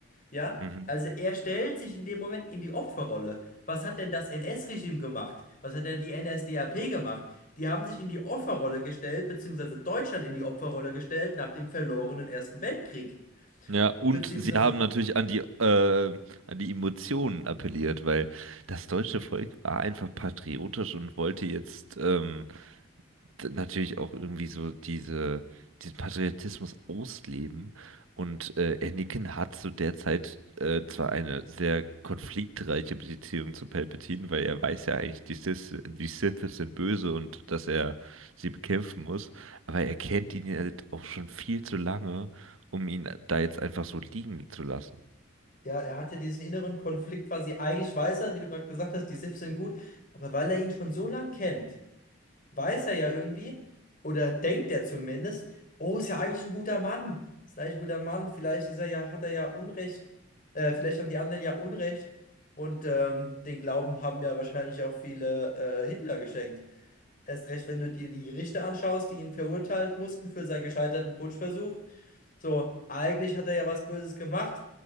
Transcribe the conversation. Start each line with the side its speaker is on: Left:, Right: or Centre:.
Left: Ja,
Right: Mhm.
Left: also er stellt sich in dem Moment in die Opferrolle. Was hat denn das NS-Regime gemacht? Was hat denn die NSDAP gemacht? Die haben sich in die Opferrolle gestellt, beziehungsweise Deutschland in die Opferrolle gestellt nach dem verlorenen Ersten Weltkrieg.
Right: Ja, und
Left: Beziehungsweise,
Right: sie haben natürlich an die, äh, an die Emotionen appelliert, weil das deutsche Volk war einfach patriotisch und wollte jetzt ähm, d- natürlich auch irgendwie so diese, diesen Patriotismus ausleben. Und äh, Anakin hat zu der Zeit äh, zwar eine sehr konfliktreiche Beziehung zu Palpatine, weil er weiß ja eigentlich, die Sith, die Sith sind böse und dass er sie bekämpfen muss, aber er kennt ihn ja halt auch schon viel zu lange, um ihn da jetzt einfach so liegen zu lassen.
Left: ja, er hatte diesen inneren Konflikt quasi, eigentlich weiß er, wie du gerade gesagt hast, die SIFs sind gut, aber weil er ihn schon so lang kennt. weiß er ja irgendwie, oder denkt er zumindest, oh, ist ja eigentlich ein guter Mann, ist ein eigentlich ein guter Mann, vielleicht ist er ja, hat er ja Unrecht, äh, vielleicht haben die anderen ja Unrecht und ähm, den Glauben haben ja wahrscheinlich auch viele äh, Hitler geschenkt. Erst recht, wenn du dir die Richter anschaust, die ihn verurteilt mussten für seinen gescheiterten Putschversuch. So, eigentlich hat er ja was Böses gemacht,